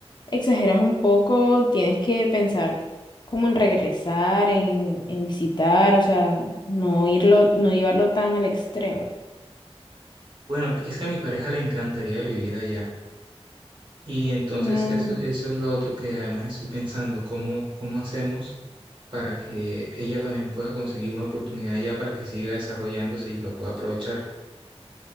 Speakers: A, on the left (about 45°); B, on the right (about 50°).
A: exageras un poco, tienes que pensar como en regresar, en, en visitar, o sea, no irlo, no llevarlo tan al extremo.
B: Bueno, es que a mi pareja le encantaría vivir allá. Y entonces
A: Mm,
B: eso, eso es lo otro que además estoy pensando, cómo, cómo hacemos para que ella también pueda conseguir una oportunidad allá para que siga desarrollándose y lo pueda aprovechar.